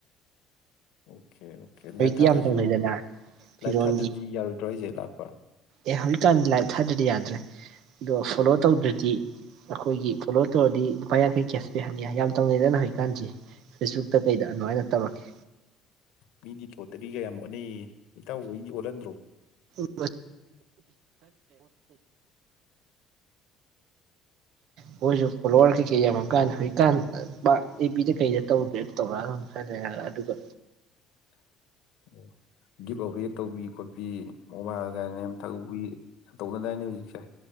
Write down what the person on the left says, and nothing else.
ꯑꯣꯀꯦ ꯑꯣꯀꯦ
ꯂꯥꯏꯐ ꯊꯥꯗ꯭ꯔꯁꯨ
ꯂꯥꯏꯐ ꯊꯥꯗ꯭ꯔꯗꯤ ꯌꯥꯔꯣꯏꯗ꯭ꯔꯣ ꯍꯥꯏꯖꯦ ꯂꯥꯛꯄ
ꯃꯤꯗꯤ ꯂꯣꯇꯔꯤꯒ ꯌꯥꯝ ꯑꯣꯠꯅꯩꯌꯦ ꯏꯇꯥꯎꯋꯣꯏꯗꯤ ꯑꯣꯠꯍꯟꯗ꯭ꯔꯣ
<inaudible> ꯑꯣ ꯒꯤꯐ ꯑꯋꯦ ꯇꯧꯕꯤ ꯈꯣꯠꯄꯤ ꯃꯣꯕꯥꯏꯜ ꯀꯥꯏꯅ ꯌꯥꯝ ꯇꯧꯕꯤ ꯌꯥꯝ ꯇꯧꯅꯗꯥꯏꯅꯦ ꯍꯧꯖꯤꯛꯁꯦ